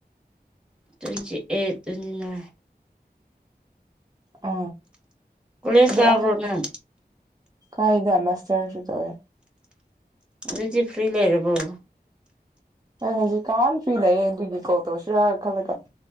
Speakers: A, in the centre; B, on the right.
A: ꯇ꯭ꯋꯦꯟꯇꯤ ꯑꯩꯠ ꯇ꯭ꯋꯦꯟꯇꯤ ꯅꯥꯏꯟ
B: ꯑ
A: ꯀꯣꯂꯦꯖ
B: ꯑꯗꯨ
A: ꯀꯥꯕ꯭ꯔꯣ
B: ꯑꯍꯟ
A: ꯅꯪ
B: ꯀꯥꯏꯗ ꯃꯁꯔꯁꯨ ꯇꯧꯋꯦ
A: ꯑꯗꯨꯗꯤ ꯐ꯭ꯔꯤ ꯂꯩꯔꯕꯦꯔꯕꯣ
B: ꯑꯦ ꯍꯧꯖꯤꯛ ꯀꯥꯟꯅ ꯐꯤꯏꯅꯑ ꯑꯗꯨꯒꯤ ꯀꯣꯜ ꯇꯧꯔꯁꯤꯔꯥ ꯈꯜꯂꯒ